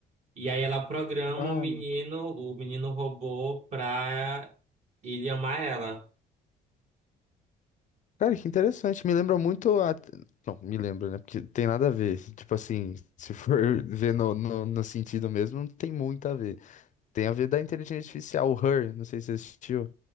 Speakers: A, on the right; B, on the left.
A: E aí ela programa
B: Ah,
A: o menino, o menino robô pra ele amar ela.
B: cara, que interessante. Me lembra muito a... Não, me lembra, né? Porque tem nada a ver. Tipo assim, se for <laughs> ver no, no, no sentido mesmo, não tem muito a ver. Tem a ver da inteligência artificial, o Her, não sei se você assistiu,